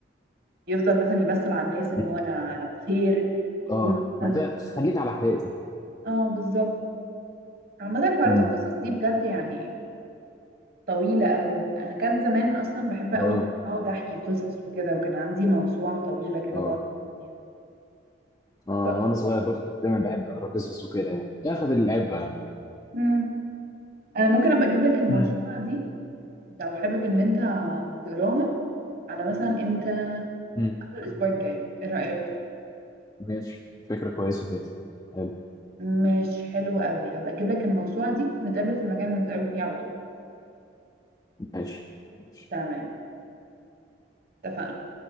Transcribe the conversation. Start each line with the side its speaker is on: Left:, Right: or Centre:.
Right: يفضل مثلا يبثر على الناس ان
Left: مم.
Right: هو انا انا بخير يكون
Left: اه ما
Right: مثلا
Left: ده خليك على حقيقتك
Right: اه بالظبط عامة حوارات
Left: مم.
Right: القصص دي بجد يعني طويلة قوي انا كان زمان اصلا بحب قوي
Left: اه
Right: ان أنا اقعد احكي قصص وكده وكان عندي موسوعة طويلة كده
Left: اه
Right: بقعد احكي فيها
Left: اه
Right: ف-
Left: وانا صغير برضه كنت دايما بحب اقرا قصص وكده يعني ياخد العبره يعني
Right: مم. انا ممكن ابقى اجيب لك الموسوعة
Left: مم.
Right: دي لو حابب ان انت تقراها على مثلا امتى
Left: مم.
Right: أول الاسبوع الجاي ايه رايك
Left: ماشي فكره كويسه كده حلو.
Right: مش حلو قوي هبقى اجيب لك الموسوعه دي ونتقابل في المكان اللي بنتقابل فيه على طول
Left: ماشي ماشي
Right: تمام اتفقنا